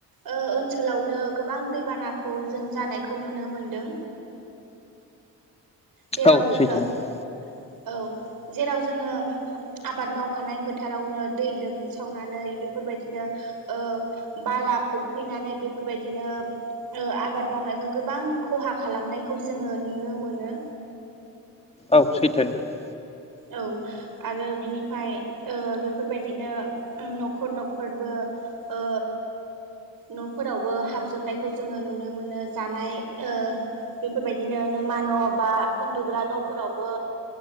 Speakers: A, on the right; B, on the left.
A: ओ ओनसोलावनो गोबां दैबानाखौ जों जानाय खौ नुनो मोनदों। जेराव
B: औ
A: जोङो
B: सैथो नोंथां।
A: औ जेराव जोङो आबाद मावखानाय फोथारावनो दै लोमसावनानै बे फोरबायदिनो ओ बाला फबफैनानै बेफोरबायदिनो ओ आबाद मावनायखौ गोबां खहा खालामनायखौ जोङो नुनो मोनो
B: औ सैथो नोंथां।
A: औ आरो बिनिफाय ओ बेफोरबायदिनो न'खर न'खरबो ओ न'फोरावबो हाबजोबनायखौ जोङो नुनो मोनो जानाय ओ बेफोरबायदिनो नोमा न' बा उन्दुग्रा न'फोरावबो